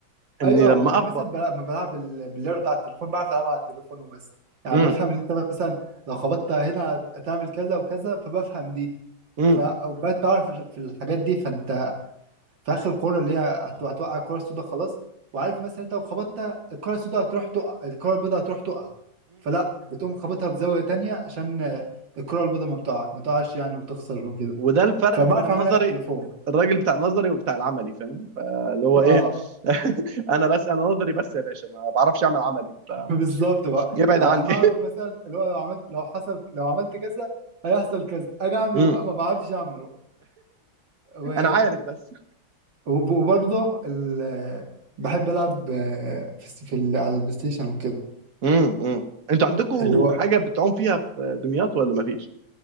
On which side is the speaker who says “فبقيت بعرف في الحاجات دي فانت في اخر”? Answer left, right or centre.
Right